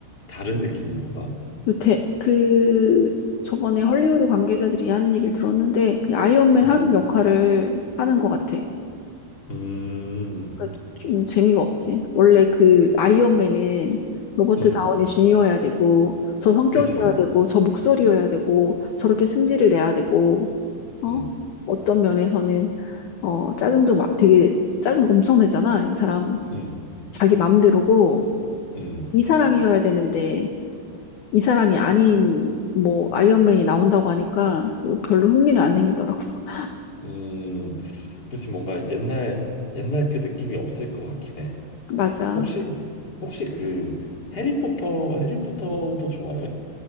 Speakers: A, on the left; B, on the left.
A: 다른 느낌인 건가?
B: 요태, 그, 저번에 헐리우드 관계자들이 하는 얘기를 들었는데, 그 아이언맨
A: 음,
B: 하는 역할을 하는 것 같아.
A: 음,
B: 그좀 재미가 없지. 원래 그 아이언맨은 로버트
A: 음,
B: 다우니 주니어여야 되고 저 성격이어야
A: 그지.
B: 되고 저 목소리여야 되고 저렇게 승질을 내야 되고 어
A: 음,
B: 어떤 면에서는 어 짜증도 막 되게 짜증 엄청 내잖아. 이 사람
A: 음,
B: 자기 맘대로고
A: 음.
B: 이 사람이어야 되는데 이 사람이 아닌 뭐 아이언맨이 나온다고 하니까 별로 흥미는 안 생기더라고. <laughs>
A: 음, 그렇지 뭔가 옛날 옛날 그 느낌이 없을 것 같긴 해.
B: 맞아.
A: 혹시 혹시 그 해리포터 해리포터도 좋아해?